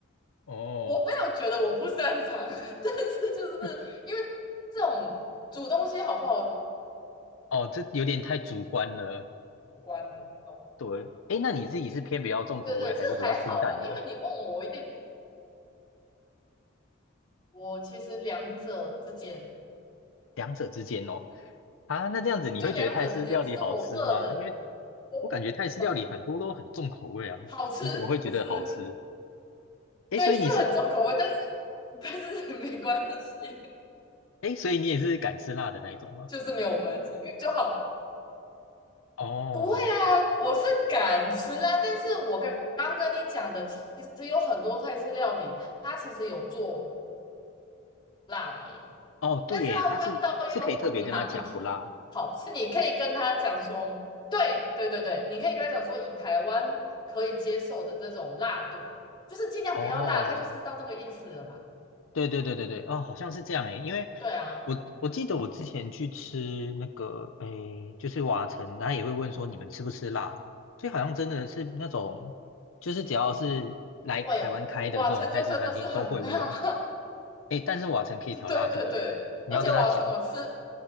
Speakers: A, on the left; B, on the left.
A: 哦
B: 我没有觉得我不擅长，<laughs> 但是就是
A: <laughs>
B: 因为这种煮东西好不好
A: 哦，这有点太主观了。
B: 无关的，你懂吗？
A: 对，哎，那你自己是偏比较重口味，
B: 对对，这还好啦，
A: 还是比较清淡的？
B: 因为你问我，我一定我其实两者之间，
A: 两者之间哦。啊，那这样子你会觉得泰式料理好吃吗？
B: 就两者之间，其实我个人，
A: 因为
B: 我我嗯，
A: 我感觉泰式料理很多都很重口味啊，
B: 好吃好吃，
A: 你怎么会觉得好吃？哎，
B: 对，
A: 所以你是，
B: 是很重口味，但是但是 <laughs> 没关系，
A: 哎，所以你也是敢吃辣的那一种吗？
B: 就是没有关系，因为就好，
A: 哦
B: 不会啊，我是敢吃辣，但是我刚刚跟你讲的，其实有很多菜式料理，它其实有做辣的耶，
A: 哦，对耶，
B: 但是它味道又蛮
A: 他是是可以特别跟他讲不辣。
B: 好，是你可以跟他讲说，对对对对，你可以跟他讲说，以台湾可以接受的这种辣度，就是尽量不要辣，
A: 哦
B: 他就知道那个意思了啦。
A: 对对对对对，哦，好像是这样诶，因为
B: 对啊，
A: 我我记得我之前去吃那个诶，就是瓦城，他也会问说你们吃不吃辣，所以好像真的是那种，就是只要是来台湾开的这种泰式餐厅都会问，
B: 嗯，对，瓦城就真的是很辣，<laughs>
A: 诶，但是瓦城可以调辣度诶，
B: 对对对对，
A: 你要跟他讲。
B: 而且瓦城我吃，